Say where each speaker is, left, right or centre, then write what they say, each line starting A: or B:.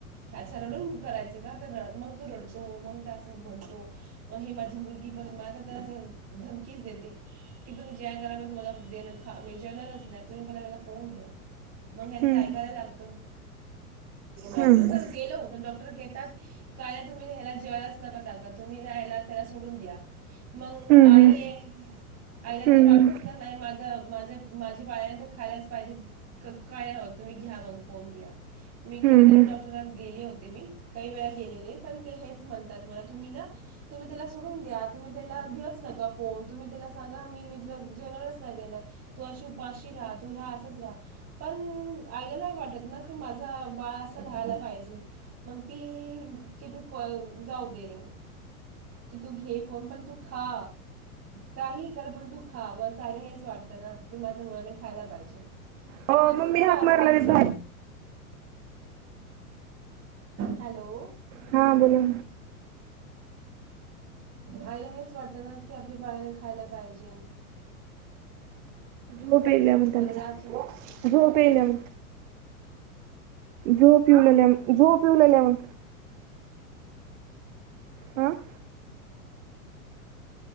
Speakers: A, on the right (about 35°); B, on the right (about 60°).
A: अच्छा रडून करायचं का तर मग तो रडतो, मग असं म्हणतो, मग हे माझी मुलगी पण मला तर अस धमकीच देते. की तुम्ही ज्या करा म तुम्हाला देण मग जेवणारच नाही‌ तुम्ही पहिला मला फोन द्या. मग ह्यांच
B: हम्म
A: ऐकायला लागतं. डॉक्टरकर
B: हम्म
A: गेलो, तर डॉक्टर घेतात काय ना तुम्ही ह्याला जेवायलाच नका टाका तुम्ही याला त्याला सोडून द्या. मग
B: हम्म
A: आई
B: हम्म.
A: ये
B: हम्म
A: आईला
B: हम्म
A: तर वाटतच ना नाही माझ मा <unintelligible> माझ्या बा खायलाच पाहिजे काय नाही होत तुम्ही घ्या मग फोन घ्या मी
B: हम्म
A: कितीतरी
B: हम्म.
A: डॉक्टर गेले होते मी काही वेळा गेलेले पण ते हेच म्हणतात मला तुम्ही ना तुम्ही त्याला सोडून द्या तुम्ही त्याला दच नका फोन तुम्ही त्याला सांगा म मी तला जेणारच नाही देणार त अशी माशी राहा तू राहा असंच राहा पण आयला नाही वाटत ना कि माझा बाळ असा राहाला पाहिजे मग ती किती जाऊ दे कि तू घे फन पण तू खा काही कर पण तू खा बस आयला हेच वाटतं ना की माझ्या मुलाने खायला पाहिजे
B: हो
A: हे खूप
B: मम्मी
A: आजकालचे
B: हाक मारलाारी
A: हॅलो
B: हा बोला
A: आईला हेच वाटतं ना कि आपल्या बाळाने खायला पाहिजे
B: झोपेल म्ह
A: म्हणून
B: त्यां
A: आज
B: झोपेलम जो पिऊला जो पिऊला लाेवन हं